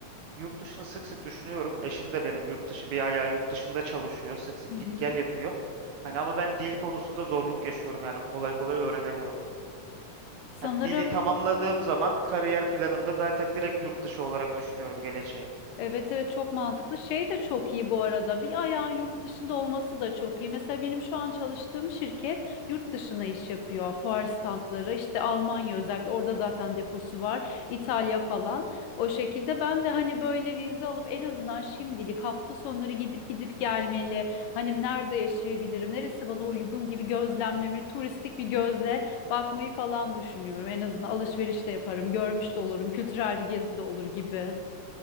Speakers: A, on the right; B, on the left.
A: Yurt dışını sık sık düşünüyorum. Eşim de benim yurt dışı bir ayağı yurt dışında çalışıyor. Sık sık
B: Hı hı.
A: git gel yapıyor. Hani ama ben dil konusunda zorluk yaşıyorum yani kolay kolay öğrenemiyorum.
B: Sanırım
A: Hani dili tamamladığım zaman kariyer planımda zaten direkt yurt dışı olarak düşünüyorum geleceği.
B: Evet evet çok mantıklı. Şey de çok iyi bu arada. Bir ayağın yurt dışında olması da çok iyi. Mesela benim şu an çalıştığım şirket yurt dışına iş yapıyor. Fuar standları işte Almanya özellikle orada zaten deposu var. İtalya falan. O şekilde ben de hani böyle vize alıp en azından şimdilik hafta sonları gidip gidip gelmeli. Hani nerede yaşayabilirim? Neresi bana uygun gibi gözlemlemeli. Turistik bir gözle bakmayı falan düşünüyorum. En azından alışveriş de yaparım. Görmüş de olurum. Kültürel bir gezi de olur gibi.